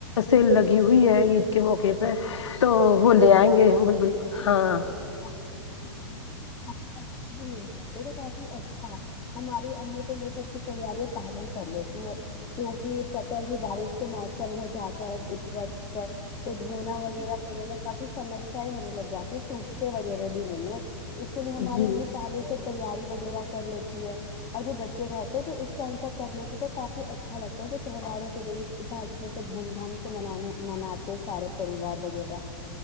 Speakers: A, on the left; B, on the left.
A: سیل لگی ہوئی ہے عید کے موقع پہ تو
B: بالکل
A: وہ لے آئیں گے ہم بالکل
B: یہ
A: ہاں
B: سب چیزیں کافی سستی داموں کافی اچھے سے لے کر جارہے کافی اچھا ہماری امی تو یہ سب کی تیاریاں پہلے ہی کر لیتی ہے کیونکہ پتا ہے کہ بارش کا موسم ہو جاتا ہے اس وقت تک تو دھونا وغیرہ ہونے میں کافی سمسیا ہونے لگ جاتی سوکھتے وغیرہ بھی نہیں ہے اس لیے ہمارے
A: جی
B: امی پہلے سے تیاری وغیرہ کر لیتی ہے اور جو بچے رہتے ہیں تو اس ٹائم پر کر لیتے تو کافی اچھا لگتا ہے کہ تہواروں کے دے اتنا اچھے سے دھوم دھام سے منانے مناتے ہیں سارے پریوار وغیرہ